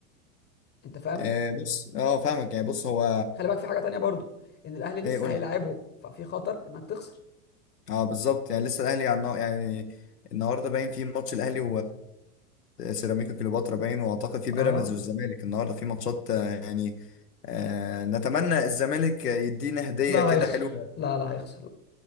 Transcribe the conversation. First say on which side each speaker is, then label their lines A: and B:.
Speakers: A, on the left; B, on the left.
A: انت فاهم
B: آه بص أه فاهمك يعني بص هو
A: خلي بالك في حاجه تانية برضو ان الاهلي لسه
B: إيه قول
A: هيلاعبهم
B: لي
A: ففي خطر انك تخسر
B: أه بالظبط يعني لسه الأهلي يعني يعني النهاردة باين في ماتش الأهلي وسيراميكا كليوباترا باين وأعتقد في بيراميدز
A: اه
B: والزمالك النهاردة في ماتشات آه، يعني آه نتمنى الزمالك يدينا هدية
A: لا
B: كده
A: هيخسر
B: حلوة
A: لا لا هيخسر